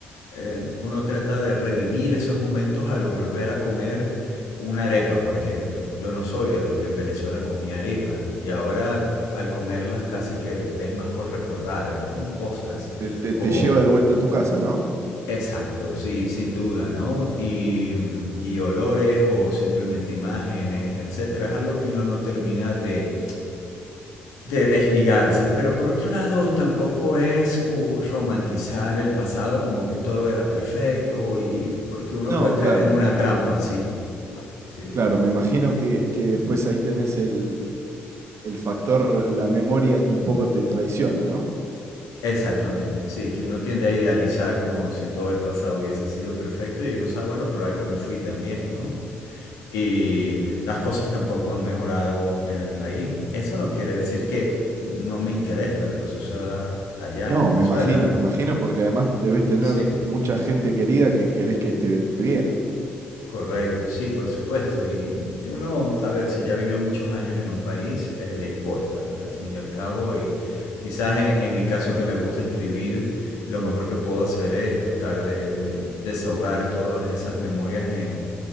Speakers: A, on the left (about 70°); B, on the right (about 50°).
A: eh, uno trata de revivir esos momentos al volver a comer una arepa, por ejemplo. Yo no soy de los que en Venezuela comía arepa y ahora al comerlas casi que es más por recordar, ¿no? Cosas
B: Te, te-
A: o...
B: te lleva de vuelta a tu casa, ¿no?
A: Exacto, sí, sin duda, ¿no? Y, mm, y olores o simplemente imágenes, etcétera, es algo que uno no termina de de desligarse, pero por otro lado tampoco es uh, romantizar el pasado como que todo era perfecto y porque uno
B: No,
A: puede caer
B: claro,
A: en una trampa, sí, sí,
B: claro, me imagino que, que después ahí tenés el, el factor, la memoria que un poco te traiciona, ¿no?
A: exactamente, sí, que uno tiende a idealizar como si todo el pasado hubiese sido perfecto y uno sabe, bueno, pero algo me fui también, ¿no? Y las cosas tampoco han mejorado en el país. Eso no quiere decir que no me interesa lo que suceda allá
B: No,
A: en Venezuela.
B: me imagino, me imagino, porque además debes tener
A: Sí,
B: mucha gente querida que querés que esté bien.
A: Correcto, sí, por supuesto. Y yo no, a ver, si ya vivió muchos años en un país, eh, le importa, al fin y al cabo. Y quizás en, en mi caso que me gusta escribir, lo mejor que puedo hacer es tratar de, de desahogar todas esas memorias en,